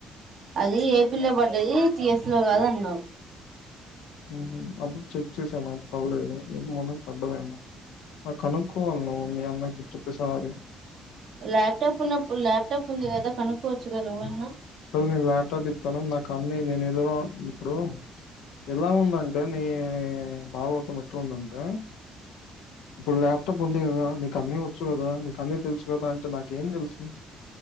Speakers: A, on the right; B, on the left.
A: అది ఏపీ లో పడ్డది టిఎస్ లో కాదు అన్నావు
B: మ్ హు అప్పుడు చెక్ చేసాను పర్లేదు మనకు పడ్డదేమో ఆ కనుక్ కోవలి నువ్ మీ అన్నకు చెప్ సారి
A: ల్యాప్టాప్ ఉన్నప్పుడు ల్యాప్టాప్ ఉంది కదా కనుక్కోవచ్చుగా నువ్వన్నా
B: సో నేను ల్యాప్టాప్ ఇస్తాను నాకు అన్ని నేను ఏదో ఇప్పుడు ఎలా ఉంద అంటే నీ మావవత ఎట్లా వుంధి ఆంటే <unintelligible> చట్ట పొంది కదా నీక అన్నీ వచ్చు కదా నీక అన్నీ తెలుసు కదా అంటే నాకేం తెలుసు